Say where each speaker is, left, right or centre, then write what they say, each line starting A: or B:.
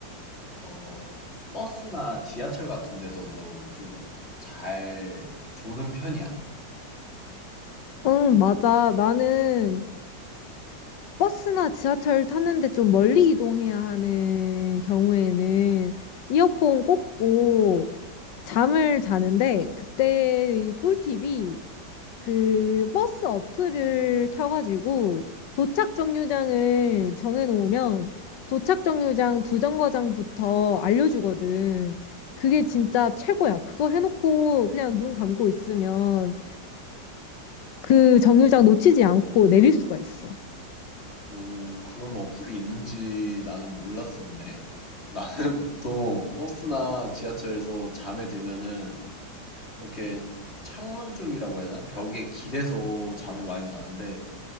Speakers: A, on the left (about 35°); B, on the left (about 80°).
A: 어, 버스나 지하철 같은 데서도 좀 잘 조는 편이야?
B: 응, 맞아. 나는 버스나 지하철 탔는데 좀 멀리 이동해야 하는 경우에는 이어폰 꽂고 잠을 자는데 그때의 꿀팁이 그 버스 어플을 켜가지고 도착 정류장을 정해놓으면 도착 정류장 두 정거장부터 알려주거든. 그게 진짜 최고야. 그거 해놓고 그냥 눈 감고 있으면 그 정류장 놓치지 않고 내릴 수가 있어.
A: 오, 그런 어플이 있는지 나는 몰랐었네. 나는 <laughs> 보통 버스나 지하철에서 잠에 들면은 이렇게 창문 쪽이라고 해야 되나? 벽에 기대서 잠을 많이 자는데